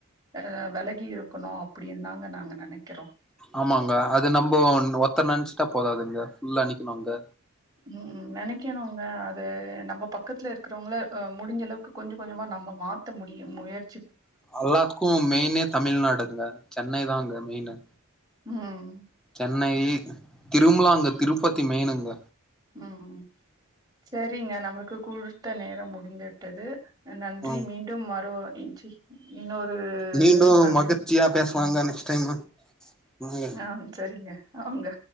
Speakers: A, on the right; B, in the centre.
A: அஹ் விலகி இருக்கணும் அப்படின்னு தாங்க நாங்க நினைக்கிறோம்
B: ஆமாங்க அது நம்ப ஒத்த நினைச்சுட்டா போதாதுங்க புல்லா நினைக்கானுங்க
A: உம் நினைக்கணுங்க நம்ப பக்கத்துல இருக்கிறவங்கள முடிஞ்ச அளவுக்கு கொஞ்ச கொஞ்சமா நம்ம மாத்த முடியும் முய
B: அல்லாத்துக்கும் மெயினே தமிழ்நாடுங்க சென்னை தாங்க மெயினு
A: ம்
B: சென்னை திரும்பலா அங்க திருப்பதி மெயனுங்க
A: ம் சேரிங்க நம்மளுக்கு கூழ் குடுத்த நேரம் முடிந்துவிட்டது நன்றி
B: ம்
A: மீண்டும் வரு இன்றி இன்னொரு
B: மீண்டும்
A: சந்திப்
B: மகிழ்ச்சியா பேசலாங்க நெக்ஸ்ட் டைம் வாங்க
A: ஆ சரிங்க அவங்க